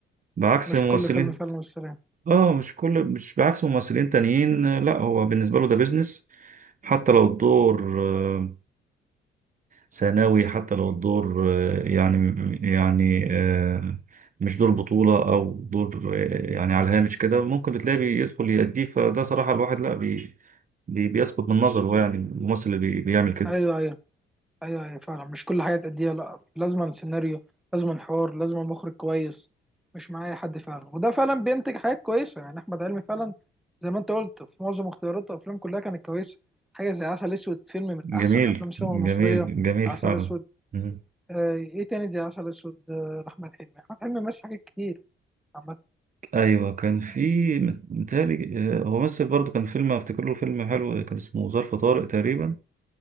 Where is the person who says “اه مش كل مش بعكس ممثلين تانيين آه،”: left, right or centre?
Right